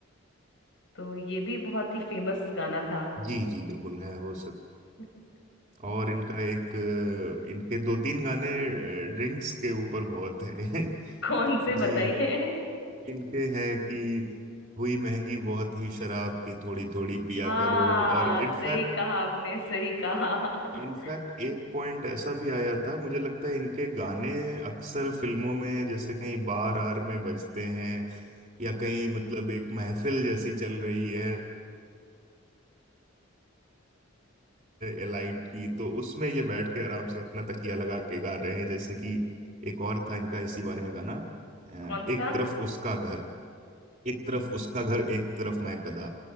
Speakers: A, on the left; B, on the right.
A: तो ये भी बहुत ही फेमस गाना था
B: जी जी बिल्कुल है हो सक
A: <laughs>
B: और इनका एक अ, इनके दो तीन गाने ड्रिंक्स के ऊपर बहुत हैं <laughs>
A: कौन से
B: जी
A: बताइए
B: इनके हैं कि हुई महंगी बहुत ही शराब की थोड़ी थोड़ी पिया
A: हाँ
B: करो और इनफैक्ट
A: सही कहा आपने सही कहा
B: इनफैक्ट
A: <laughs>
B: एक पॉइंट ऐसा भी आया था मुझे लगता है इनके गाने अक्सर फिल्मों में जैसे कहीं बार आर में बजते हैं या कहीं मतलब एक महफिल जैसी चल रही है एलाइट की तो उसमें ये बैठ के आराम से अपना तकिया लगा के गा रहे हैं जैसे कि एक और था इनका इसी बारे में गाना अ,
A: कौन
B: एक
A: सा
B: तरफ उसका घर एक तरफ उसका घर एक तरफ मैं कदा